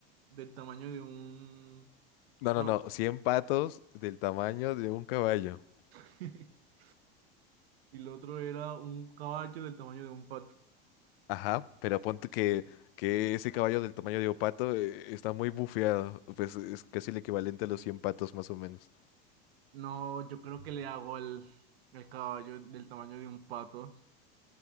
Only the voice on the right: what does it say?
del tamaño de un...
No,
<laughs> y el otro era un caballo del tamaño de un pato.
No, yo creo que le hago al, al caballo del tamaño de un pato,